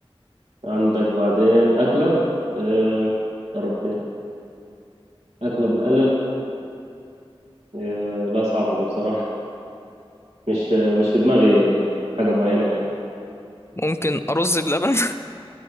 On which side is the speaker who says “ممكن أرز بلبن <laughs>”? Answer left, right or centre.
Left